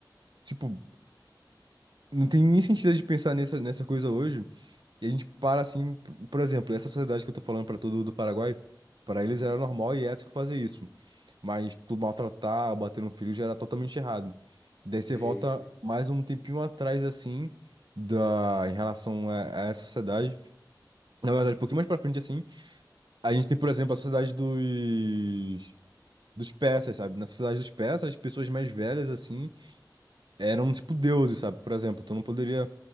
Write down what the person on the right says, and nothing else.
Tipo, não tem nem sentido de pensar nessa, nessa coisa hoje. E a gente para assim, por exemplo, essa sociedade que eu tô falando pra todo do Paraguai, pra eles
era normal e é ético fazer isso. Mas tu maltratar, bater no filho já era totalmente errado. Daí
você volta
mais um tempinho atrás, assim, da, em relação a, a essa sociedade. Na verdade, um pouquinho mais pra frente, assim, a gente tem, por exemplo, a sociedade dos, dos persas, sabe? Na sociedade dos persas, as pessoas mais velhas, assim, eram tipo deuses, sabe? Por exemplo, tu não poderia